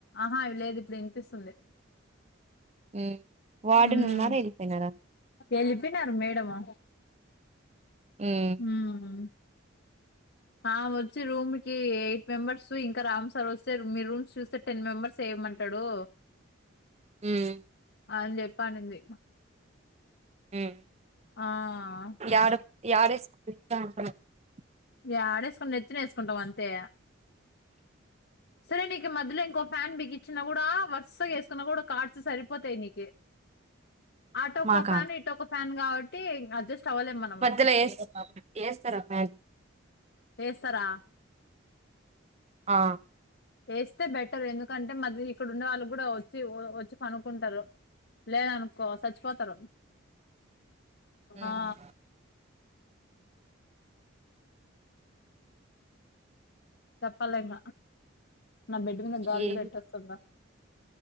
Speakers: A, on the left (about 55°); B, on the right (about 30°).
A: ఆ లేదు ఇప్పుడు వినిపిస్తుంది
B: ఉమ్ వార్డెన్
A: మ్
B: ఉన్నారా వెళ్ళిపోయినారా
A: ఎళ్ళిపోయినారు మేడము
B: ఉమ్
A: ఉమ్ ఆ వచ్చి రూమ్ కి ఎయిట్ మెంబర్స్ ఇంకా రామ్ సార్ వస్తే మీ రూమ్స్ చూస్తే టెన్ మెంబర్స్ ఏ ఏమంటడో
B: ఉమ్
A: అని చెప్పనింది
B: ఉమ్
A: ఆ ఆ
B: యాడ <unintelligible>
A: ఇగ యాడేసుకుంటం నెత్తిన ఏసుకుంటాం అంతే సరే నీకు ఈ మధ్యలో ఇంకో ఫ్యాన్ బిగించిన కూడా వరుసగా వేసుకున్నా కూడా కాట్స్ సరిపోతాయి నీకి అటోక
B: మాకా
A: ఫ్యాన్ ఇటోక ఫ్యాన్ కాబట్టి ఇంగ అడ్జస్ట్ అవ్వలేం మనము
B: మధ్యలో ఏస్త ఏస్తార మా
A: ఏస్తరా
B: ఆ
A: వేస్తే బెటర్ ఎందుకంటే మళ్లీ ఇక్కడ ఉండే వాళ్ళుకు కూడా వచ్చి వచ్చి పనుక్కుంటరు లేదనుకో సచ్చిపోతరు
B: ఉమ్
A: ఆ చెప్పాలింగ నా బెడ్ మీద గాలి
B: ఏ
A: జూడు ఎట్ట వస్తుందో